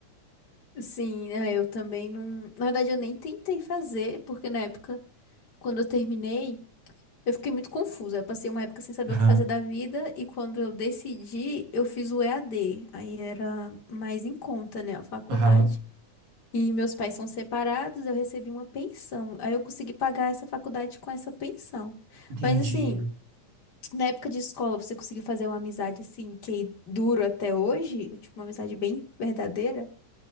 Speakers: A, on the left (about 35°); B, on the right (about 65°).
A: Sim, é, eu também não. Na verdade, eu nem tentei fazer, porque na época, quando eu terminei. Eu fiquei muito confusa. Eu passei uma época sem saber
B: Aham,
A: o que fazer da vida e quando eu decidi, eu fiz o EAD. Aí era mais em conta, né, a faculdade.
B: aham,
A: E meus pais são separados, eu recebi uma pensão. Aí eu consegui pagar essa faculdade com essa pensão.
B: entendi.
A: Mas assim, na época de escola, você conseguiu fazer uma amizade assim que dura até hoje? Tipo, uma amizade bem verdadeira?